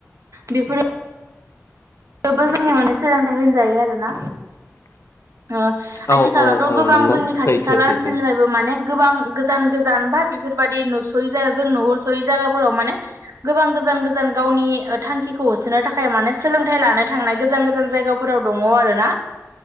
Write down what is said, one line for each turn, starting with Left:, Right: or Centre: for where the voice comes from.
Right: बेफोरो बेबो जोंनि माने सोलोंथाइ होनजायो आरोना। अ आथिखालावथ'
Left: औ औ औ
Right: गोबां
Left: नंगौ
Right: जोंनि खाथि
Left: सैथो
Right: खाला
Left: सैथो
Right: ओनसोलनिफ्रायबो माने गोबां गोजान गोजान बा बेफोरबाददि नुस'यै जाया जों नुहरस'यै जायगाफोराव माने गोबां गो गोजान गोजान गावनि ओ थांखिखौ होसोनो थाखाय मानोे सोलों थाइ लानो थांनाय गोजान गोजान जायगाफोराव दङ आरोना।